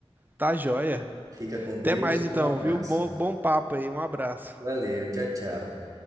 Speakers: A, on the right (about 20°); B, on the right (about 35°).
A: Tá joia.
B: Fica com
A: Até
B: Deus,
A: mais
B: um
A: então,
B: abraço.
A: viu? Bom, bom papo aí, um abraço.
B: Valeu, tchau, tchau.